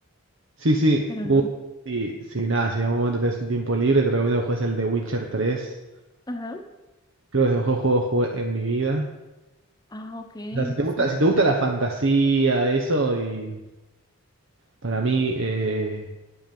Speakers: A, on the right; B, on the left.
A: sí, sí.
B: pero
A: Uh,
B: no,
A: sí, sí, nada, si en algún momento tenés un tiempo libre, te recomiendo que juegues el de Witcher tres
B: ajá,
A: Creo que es el mejor juego que jugué en mi vida.
B: ah, ok,
A: O sea, si te gusta,
B: sí.
A: si te gusta la fantasía, eso, y para mí. eh,